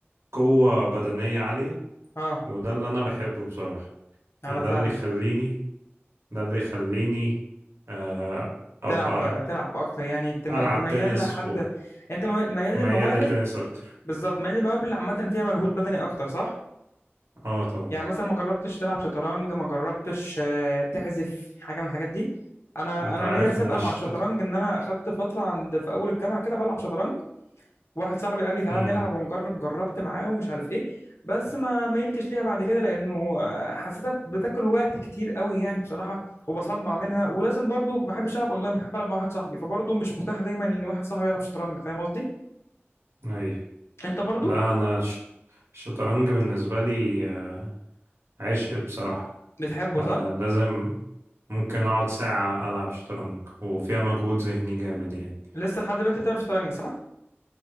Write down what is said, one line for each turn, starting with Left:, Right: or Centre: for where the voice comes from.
Right: قوة بدنية عالية
Left: اه
Right: وده اللي انا بحبه بصراحة
Left: انا
Right: يعني
Left: فاهمك
Right: ده اللي يخليني ده اللي يخليني آه، ابقى
Left: تلعب تلعب اكتر يعني تم-
Right: العب
Left: انت ميال
Right: تنس
Left: لحد انت مي- ميال للمواهب
Right: وميال للتنس اكتر
Left: بالظبط ميال للمواهب اللي عامه فيها مجهود بدني اكتر صح
Right: اه طبعا
Left: يعني مثلا ما جربتش تلعب شطرنج ما جربتش آه، تحذف حاجه من الحاجات دي انا
Right: انت
Left: انا
Right: عارف
Left: ليا سابقه
Right: ان الشط
Left: مع الشطرنج ان انا اخدت فتره عند في اول الجامعه كده بلعب شطرنج واحد صاحبي قال لي تعالى
Right: امم
Left: نلعب ونجرب جربت معاه ومش عارف ايه بس ما ميلتش ليها بعد كده لانه آه، حسيتها بتاكل وقت كتير قوي يعني بصراحه وبصدع منها ولازم برضو ما بحبش العب اونلاين بحب العب مع واحد صاحبي فبرضو مش متاح دايما ان واحد صاحبي يلعب شطرنج فاهم قصدي
Right: اي
Left: انت برضو
Right: لا انا ش... الشطرنج بالنسبة لي آه، عشق بصراحة
Left: بتحبه
Right: آه،
Left: صح
Right: لازم ممكن اقعد ساعة العب شطرنج وفيها مجهود ذهني جامد يعني
Left: لسه لحد دلوقتي بتلعب شطرنج صح